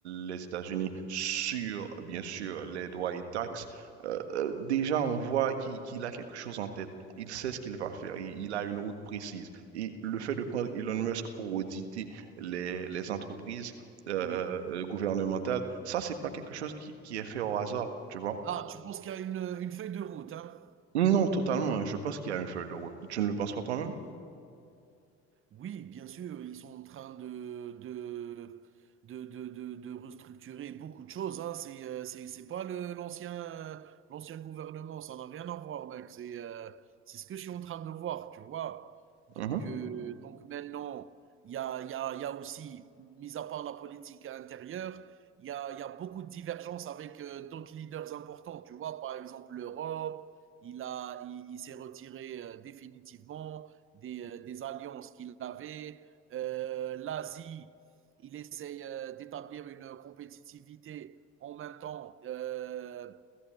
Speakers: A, on the right; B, on the right.
A: les États-Unis sur, bien sûr, les droits et taxes. Euh, euh, déjà, on voit qu'il qu'il a quelque chose en tête. Il sait ce qu'il va faire. Il, il a une route précise. Et le fait de prendre Elon Musk pour auditer les, les entreprises euh, euh,
B: oui.
A: euh, gouvernementales, ça, c'est pas quelque chose qui, qui est fait au hasard, tu vois?
B: Ah, tu penses qu'il y a une, une feuille de route, hein?
A: Non, totalement. Je pense qu'il y a une feuille de route. Tu ne le penses pas toi-même?
B: Oui, bien sûr, ils sont en train de, de, de, de, de- de restructurer beaucoup de choses, hein. C'est, euh, c'est, c'est pas le, l'ancien, euh, l'ancien gouvernement, ça n'a rien à voir, mec. C'est, euh, c'est ce que je suis en train de voir, tu vois. Donc,
A: Mhm,
B: euh, donc maintenant, il y a, il y a, il y a aussi, mis à part la politique intérieure, il y a, il y a beaucoup de divergences avec euh, d'autres leaders importants, tu vois. Par exemple, l'Europe, il a, il, il s'est retiré euh, définitivement des, euh, des alliances qu'il avait. Euh, L'Asie, il essaye euh, d'établir une compétitivité. En même temps, euh,